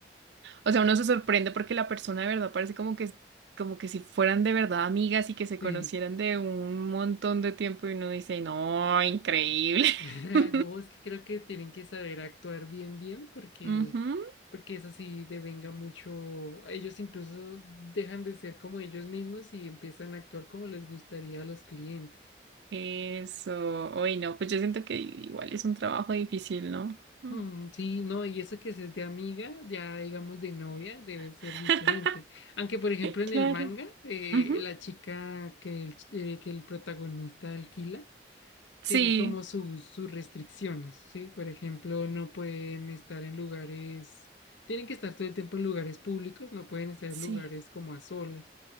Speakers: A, on the right (about 70°); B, on the left (about 85°).
A: O sea, uno se sorprende porque la persona de verdad parece como que, como que si fueran de verdad amigas y que se
B: sí.
A: conocieran de un montón de tiempo y uno dice, no, increíble.
B: <laughs>
A: <laughs>
B: No, es que creo que tienen que saber actuar bien, bien, porque,
A: Ujú,
B: porque eso sí devenga mucho. Ellos incluso dejan de ser como ellos mismos y empiezan a actuar como les gustaría a los clientes.
A: Eso, hoy no, pues yo siento que igual es un trabajo difícil, ¿no? Mm.
B: Mm, sí, no, y eso que si es de amiga, ya digamos de novia, debe ser
A: <laughs>
B: diferente. Aunque, por ejemplo, en
A: Claro.
B: el manga, eh,
A: Ujú,
B: la chica que el, ch- eh, que el protagonista alquila
A: Sí,
B: tiene como sus, sus restricciones, ¿sí? Por ejemplo, no pueden estar en lugares, tienen que estar todo el tiempo en lugares públicos, no pueden estar
A: sí.
B: en lugares como a solas.